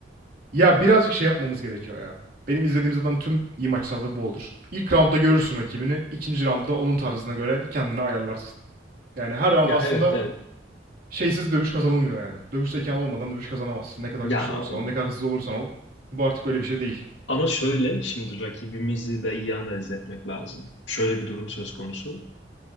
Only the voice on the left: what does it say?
Ya
evet evet.
Ya
ama şöyle şimdi rakibimizi de iyi analiz etmek lazım. Şöyle bir durum söz konusu.